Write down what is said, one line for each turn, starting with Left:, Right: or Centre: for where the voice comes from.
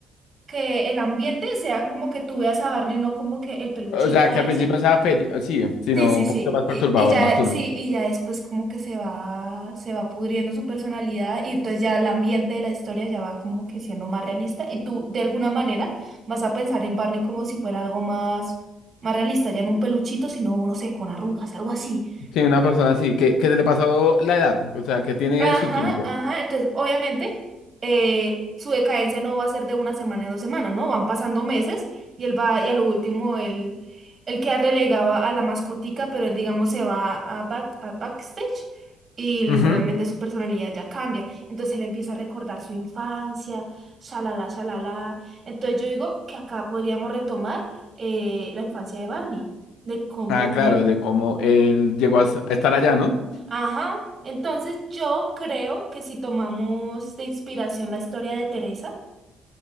Right: que el ambiente sea como que tú veas a Barney, no como que el peluchito
Left: O sea, que
Right: ese.
Left: al principio estaba feliz. Sí, sino
Right: Sí, sí,
Left: un
Right: sí.
Left: poquito más perturbador,
Right: Y, y ya,
Left: más turbio.
Right: sí, y ya después como que se va, se va pudriendo su personalidad y entonces ya el ambiente de la historia ya va como que siendo más realista y tú de alguna manera vas a pensar en Barney como si fuera algo más, más realista, ya no un peluchito, sino, no sé, con arrugas, algo así.
Left: Sí, una persona así, que, que se le pasó la edad, o sea, que tiene
Right: Ajá,
Left: su tiempo.
Right: ajá. Entonces, obviamente, eh, su decadencia no va a ser de una semana en dos semanas, ¿no? Van pasando meses y él va, y a lo último, él, él queda relegado a la mascotica, pero él, digamos, se va a, back- a backstage y literalmente
Left: Ujú.
Right: su personalidad ya cambia. Entonces, él empieza a recordar su infancia, shalala, shalala. Entonces, yo digo que acá podríamos retomar eh, la infancia de Barney, de cómo.
Left: Ah, claro, de cómo él llegó a s- a estar allá, ¿no?
Right: Ajá, entonces yo creo que si tomamos de inspiración la historia de Teresa,